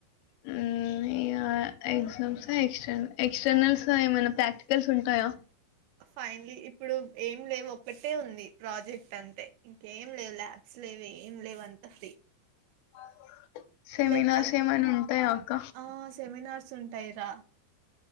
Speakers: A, on the left (about 80°); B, on the right (about 75°).
A: హమ్ ఇగ ఎగ్జామ్స్ ఎక్ ఎక్స్టర్నల్స్ ఏమైనా ప్రాక్టికల్స్ ఉంటాయా
B: ఫైనన్లీ ఇప్పుడు ఏం లేవు ఒక్కట్ ఒకటే ఉంది ప్రాజెక్ట్ అంతే ఇంకేం లేవు ల్యాబ్స్ లేవు ఏం లేవు అంత ఫ్రీ
A: ఆహా సెమినార్స్
B: లేకపోతే
A: ఏమయినా ఉంటాయా అక్క
B: ఆ సెమినార్స్ ఉంటాయి రా